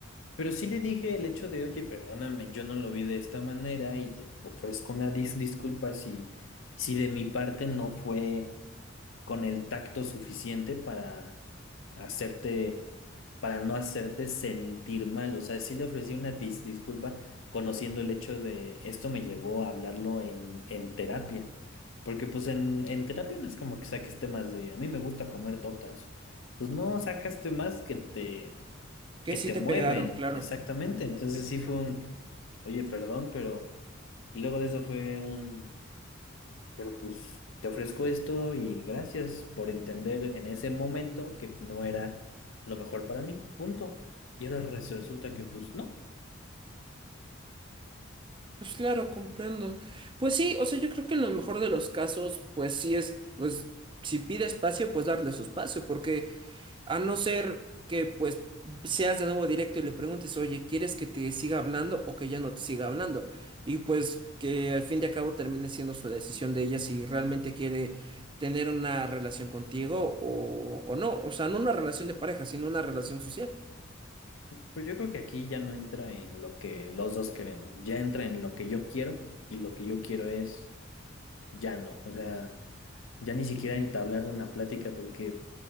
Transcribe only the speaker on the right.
Que
sí
te
pegaron, claro.
Sí, sí,
sí.
Pues claro, comprendo. Pues sí, o sea, yo creo que en lo mejor de los casos, pues sí es, pues, si pide espacio, pues darle su espacio, porque... A no ser que pues seas de nuevo directo y le preguntes, oye, ¿quieres que te siga hablando o que ya no te siga hablando? Y pues que al fin de cabo termine siendo su decisión de ella si realmente quiere tener una relación contigo o, o no. O sea, no una relación de pareja, sino una relación social.